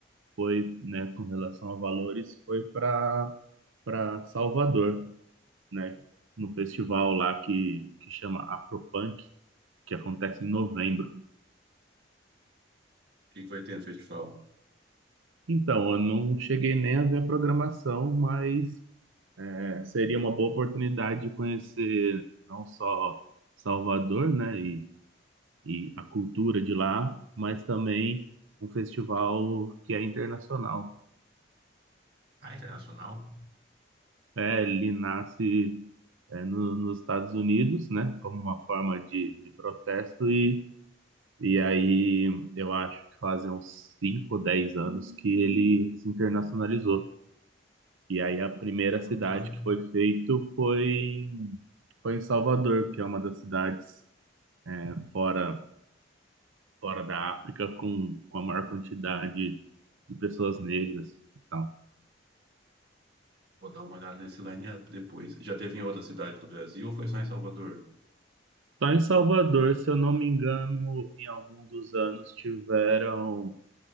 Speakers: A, on the right; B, on the right.
A: foi, né, com relação a valores, foi para para Salvador, né? No festival lá que, que chama Afropunk, que acontece em novembro.
B: que que vai ter no festival?
A: Então, eu não cheguei nem a ver a programação, mas é, seria uma boa oportunidade de conhecer não só Salvador, né, e, e a cultura de lá, mas também um festival que é internacional.
B: Ah, internacional?
A: É, ele nasce é, no- nos Estados Unidos, né, como uma forma de, de protesto, e, e aí eu acho que fazem uns 5, ou 10 anos que ele se internacionalizou. E aí a primeira cidade
B: Ah, Vou dar, um-
A: que foi feito foi em, foi em Salvador, que é uma das cidades é, fora fora da África com, com a maior quantidade de pessoas negras. Então,
B: vou dar uma olhada nesse line-up depois. Já teve em outra cidade do Brasil ou foi só em Salvador?
A: só em Salvador, se eu não me engano, em algum dos anos tiveram